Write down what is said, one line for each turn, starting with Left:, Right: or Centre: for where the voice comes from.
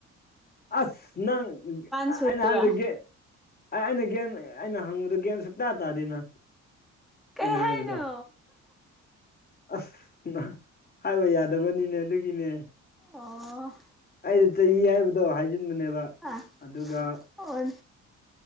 Left: ꯑꯁ ꯅꯪ ꯑꯩꯅ
Centre: ꯁꯨꯔꯦꯕ
Left: ꯍꯥꯏꯖꯒꯦ ꯑꯦ ꯑꯩꯅ ꯒꯌꯥꯟ ꯑꯩꯅ ꯍꯪꯕꯗ ꯒꯌꯥꯟ ꯁꯨꯛꯇ ꯇꯥꯗꯦꯅ
Centre: ꯀꯩ
Left: ꯑꯩꯅ ꯍꯥꯏꯕꯗꯣ꯫
Centre: ꯍꯥꯏꯅꯣ
Left: ꯑꯁ ꯍꯥꯏꯕ ꯌꯥꯗꯕꯅꯤꯅꯦ ꯑꯗꯨꯒꯤꯅꯦ
Centre: ꯑꯣ
Left: ꯑꯩꯗꯤ ꯆꯍꯤ ꯍꯥꯏꯕꯗꯣ ꯍꯥꯏꯖꯤꯟꯕꯅꯦꯕ
Centre: ꯑꯥ
Left: ꯑꯗꯨꯒ
Centre: ꯑꯣ